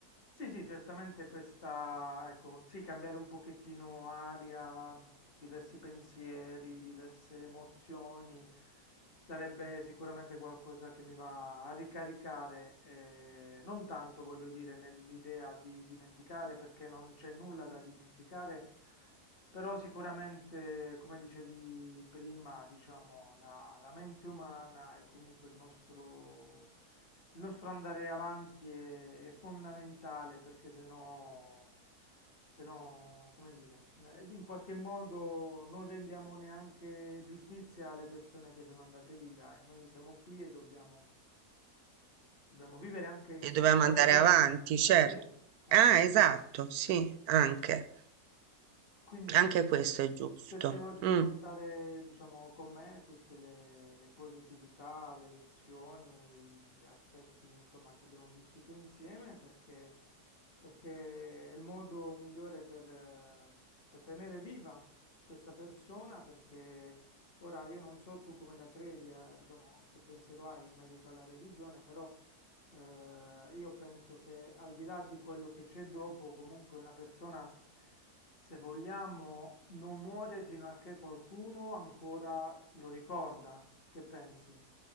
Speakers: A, on the left; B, on the right.
A: Sì, sì, certamente questa, ecco, sì, cambiare un pochettino aria, diversi pensieri, diverse emozioni, sarebbe sicuramente qualcosa che mi va a ricaricare, eh, non tanto voglio dire nell'idea di dimenticare, perché non c'è nulla da dimenticare, però sicuramente, come dicevi prima, diciamo, la la mente umana e comunque il nostro il nostro andare avanti è, è fondamentale perché se no, se no, come dire, eh, in qualche modo non rendiamo neanche giustizia alle persone che sono andate via e noi siamo qui e dobbiamo, dobbiamo vivere anche un
B: E dovevamo
A: po'
B: andare
A: per loro.
B: avanti, certo.
A: Sì, ecco.
B: Ah, esatto, sì, anche.
A: Quindi sì,
B: Anche questo è giusto.
A: cercherò di
B: Mm,
A: portare, diciamo, con me tutte le, le positività, le lezioni, gli aspetti, insomma, che abbiamo vissuto insieme perché, perché è il modo migliore per, eh, per tenere viva questa persona perché ora io non so tu come la credi, eh, diciamo, che pensiero hai in merito alla religione, però eh, io penso che al di là di quello che c'è dopo, comunque una persona, se vogliamo, non muore fino a che qualcuno ancora lo ricorda. Che pensi?